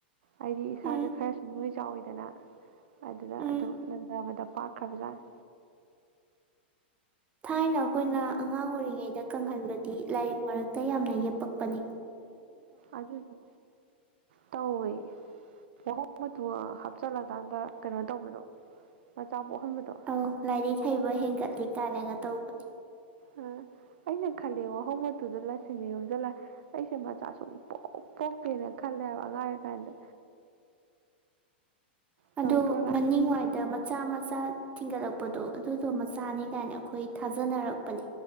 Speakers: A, on the right; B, on the right.
A: ꯑꯩꯗꯤ ꯏꯁꯥꯁꯦ
B: ꯎꯝ
A: ꯈꯔꯁꯨ ꯅꯣꯏ ꯆꯥꯎꯋꯤꯗꯅ ꯑꯗꯨꯗ
B: ꯎꯝ
A: ꯑꯗꯨꯝ ꯅꯟꯊꯕꯗ ꯄꯥꯛꯈ꯭ꯔꯕꯖꯥꯠꯅꯤ
B: ꯊꯥꯏꯅ ꯑꯈꯣꯏꯅ ꯑꯉꯥꯡ ꯑꯣꯏꯔꯤꯉꯩꯗ ꯀꯪꯍꯟꯕꯗꯤ ꯂꯥꯏꯔꯤꯛ ꯃꯔꯛꯇ ꯌꯥꯝꯅ ꯌꯦꯞꯄꯛꯄꯅꯤ
A: ꯑꯗꯨꯏꯗꯣ ꯇꯧꯋꯦ ꯋꯥꯍꯣꯡ ꯃꯇꯨ ꯍꯥꯞꯆꯜꯂꯀꯥꯟꯗ ꯀꯩꯅꯣ ꯇꯧꯕꯗꯣ ꯃꯆꯥ ꯄꯣꯛꯍꯟꯕꯗꯣ
B: ꯑꯧ ꯂꯥꯏꯔꯤꯛ ꯍꯩꯕ ꯍꯦꯟꯒꯠꯂꯤ ꯀꯥꯏꯅꯒ ꯇꯧꯕꯅꯤ
A: ꯑ ꯑꯩꯅ ꯈꯜꯂꯦ ꯋꯥꯍꯣꯡ ꯃꯇꯨꯗ ꯂꯁꯤꯡꯅ ꯌꯣꯝꯖꯤꯜꯂ ꯑꯩꯁꯦ ꯃꯆꯥ ꯁꯨꯡ ꯄꯣꯛ ꯄꯣꯛꯇꯦꯅ ꯈꯜꯂꯦꯍꯥꯏꯕ ꯑꯉꯥꯡ ꯑꯣꯢꯔꯤ ꯀꯥꯟꯗ ꯇꯧꯔꯛꯇ꯭ꯔꯣ
B: ꯑꯗꯣ
A: ꯅꯪ
B: ꯃꯅꯤꯡꯋꯥꯏꯗ ꯃꯠ ꯆꯥ ꯃꯆꯥ ꯊꯤꯡꯒꯠꯂꯛꯄꯗꯣ ꯑꯗꯨꯗꯣ ꯃꯆꯥꯅꯤ ꯀꯥꯏꯅ ꯑꯩꯈꯣꯏ ꯊꯥꯖꯅꯔꯛꯄꯅꯦ